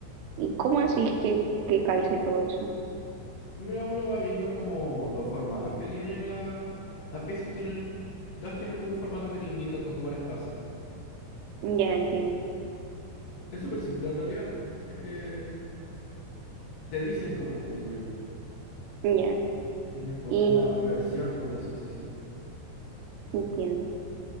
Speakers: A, on the right (about 75°); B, on the left (about 80°).
A: ¿Y cómo así que, que calce todo eso?
B: Mira, uno va viendo como los formatos que tiene la... Las piezas tienen... Todas tienen como un formato que te indica con cuáles calzan.
A: Ya entiendo,
B: Es súper simple en realidad. Es que te dicen como te digo yo.
A: ya,
B: Tienen como
A: y
B: una versión, por decirse así.
A: entiendo.